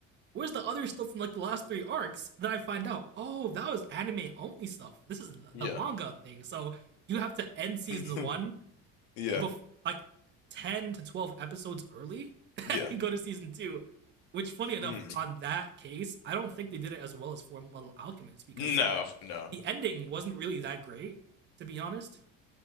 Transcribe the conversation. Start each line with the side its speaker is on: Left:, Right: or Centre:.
Right: where's the other stuff from like the last three arcs? Then I find out, oh, that was anime only stuff. This is the
Left: yeah,
Right: manga thing. So you have to end season
Left: <laughs>
Right: one,
Left: yeah,
Right: bef- like ten to twelve episodes early, <laughs>
Left: yeah.
Right: and go to season two. Which, funny enough,
Left: Mm.
Right: on that case, I don't think they did it as well as Full Metal Alchemist because
Left: No, no.
Right: the ending wasn't really that great, to be honest